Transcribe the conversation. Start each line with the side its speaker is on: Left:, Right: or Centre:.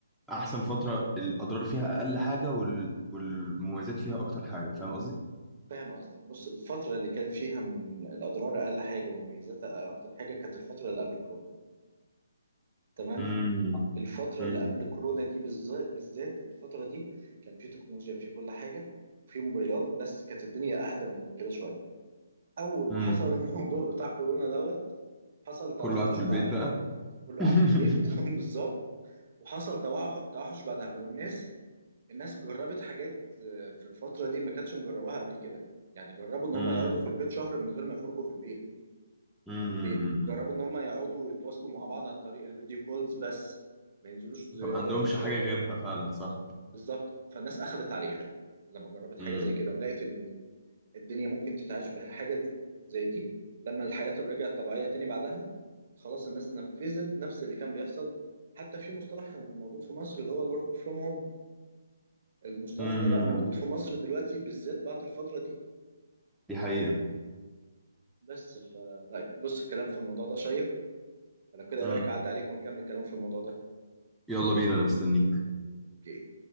Centre: احسن فتره الاضرار فيها اقل حاجه وال... والمميزات فيها اكتر حاجه فاهم قصدي
Right: فاهم قصدك بص الفتره اللي كان فيها من الاضرار اقل حاجه ومميزاتها اكتر حاجه كانت الفتره اللي قبل كورونا تمام
Centre: امم
Right: الفترة
Centre: امم
Right: اللي قبل كورونا دي بالذ- بالذات الفترة دي كان في تكنولوجيا في كل حاجة وفي موبايلات بس كانت الدنيا أهدى من كده شوية أول ما
Centre: امم
Right: حصل <laughs> الموضوع بتاع كورونا دوت حصل توحش
Centre: كله قاعد في البيت
Right: بعدها
Centre: بقى
Right: كله
Centre: <laughs>
Right: قاعد في البيت <laughs> بالظبط وحصل توح- توحش بعدها والناس الناس جربت حاجات آه، في الفترة دي ما كانتش مجرباها قبل كده يعني جربوا إن هم
Centre: امم
Right: يقعدوا في البيت شهر من غير ما يخرجوا في البيت
Centre: امم
Right: من البيت جربوا إن هم يقعدوا يتواصلوا مع بعض عن طريق الفيديو كولز بس ما ينزلوش زيارة
Centre: فما عندهمش
Right: زيارات
Centre: حاجه غيرها فعلا صح
Right: بالظبط فالناس اخذت عليها لما جربت حاجه
Centre: امم
Right: زي كده ولقيت ان الدنيا ممكن تتعاش بحاجه دي- زي دي لما الحياه رجعت طبيعيه تاني بعدها خلاص الناس نفذت نفس اللي كان بيحصل حتى في مصطلح موجود في مصر اللي هو الورك فروم هوم المصطلح
Centre: امم
Right: ده بقى موجود في مصر دلوقتي بالذات بعد الفتره دي
Centre: دي حقيقه
Right: بس ف لا، بص الكلام في الموضوع ده شيق لو كده إيه
Centre: امم
Right: رايك اعدي عليك ونكمل الكلام في الموضوع ده
Centre: يلا بينا انا مستنيك
Right: اوكي